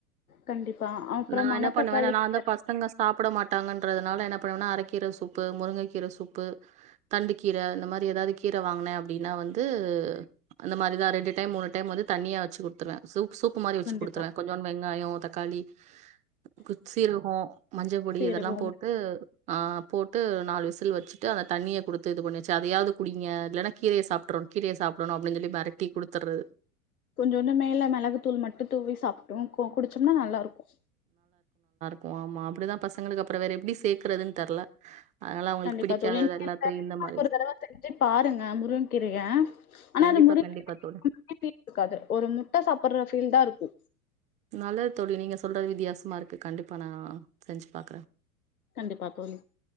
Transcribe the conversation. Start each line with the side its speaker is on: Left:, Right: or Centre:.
Left: கண்டிப்பா அப்றோ
Right: நா
Left: மணத்தக்காளி
Right: என்ன பண்ணுவேனா நா
Left: கீர
Right: தா பசங்க சாப்புட மாட் தாங்கன்றதுனால என்ன பண்ணுவனா அரக்கீர சூப்பு முருங்க கீர சூப்பு தண்டு கீர அந்த மாரி ஏதாது கீர வாங்குனே அப்டினா வந்து அந்த மாரிதா ரெண்டு டைம் மூணு டைம் வந்து தண்ணியா வச்சு குடுத்துர்வ சூப் சூப்பு மாரி வச்சு
Left: கண்டிப்பா
Right: குடுத்துருவ கொஞ்சோன் வெங்காயோ தக்காளி குத் சீரகோ மஞ்ச பொடி
Left: சீரகோ
Right: இதெல்லா போட்டு ஆஹ் போட் ட்டு நாலு விசில் வச்சுட்டு அந்த தண்ணிய குடுத்து இது பண்ணிச்சு அதையாது குடிங்க இல்லனா கீரய சாப்ட்ருன் கீரய சாப்டுணு அப்டின் சொல்லி மெரட்டி குடுத்தற்றது
Left: கொஞ்சோண்டு மேல மெளகு தூள் மட்டு தூவி சாப் டூன் கு குடிச்சம்னா நல்லா இருக்கு
Right: கு ஆமா அப்டிதா பசங்களுக் அப்புறோ வேற எப்டி சேக்கறதுன் தெர்ல அதனால அவங்களுக்கு
Left: கண்டிப்பா
Right: பிடிக்காதது
Left: தோழி
Right: எல்லாத்தையும்
Left: <inaudible>
Right: இந்த மாரி
Left: ஒரு தடவ செஞ்சு பாருங்க முருங்க கீரையே ஆனா
Right: கண்டிப்பா
Left: அந்த முருங்கு
Right: கண்டிப்பா தோழி
Left: <inaudible> இருக்காது ஒரு முட்ட சாப்புடுற ஃபீல் தா இருக்கு
Right: நல்லது தோழி நீங்க சொல்றது வித்தியாசமா இருக்கு கண்டிப்பா நா செஞ்சு பாக்குறே
Left: கண்டிப்பா தோழி